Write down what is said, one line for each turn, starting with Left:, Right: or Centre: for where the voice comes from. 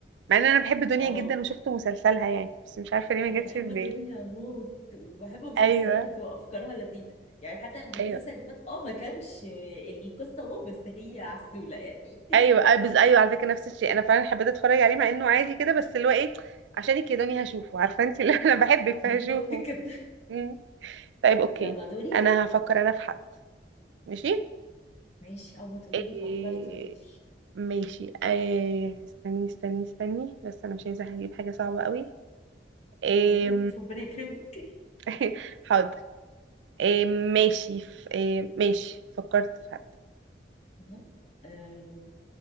Right: مع ان انا بحب دنيا
Left: اه
Right: جدا وشفت مسلسلها يعني بس مش عارفه ليه ما
Left: انا
Right: جاتش
Left: بحب
Right: في بالي
Left: دنيا موت وبحب مسلسلاتها
Right: ايوه
Left: بتبقى افكارها لذيذه يعني حتى المسلسل
Right: ايوه
Left: اللي فات اه ما كانش القصه واو بس هي عسوله يعني <laughs>
Right: ايوه ايوه بز... ايوه على فكره نفس الشيء انا فعلا حبيت اتفرج عليه مع انه عادي كده بس اللي هو ايه عشانك يا دنيا هشوفه عارفه انت اللي <laughs> انا بحبك فهشوفه
Left: بالظبط كده
Right: مم. طيب اوكي
Left: يلا دوري
Right: انا هفكر انا في حد ماشي
Left: ماشي اول ما تقولي
Right: إيه...
Left: لي فكرت قولي لي
Right: ماشي إيه... استني استني استني بس انا مش عايزه اجيب حاجه صعبه قوي إيه...
Left: يا ريت ربنا يكرمك
Right: <laughs> حاضر إيه ماشي ف... إيه ماشي فكرت في حد
Left: خلاص آه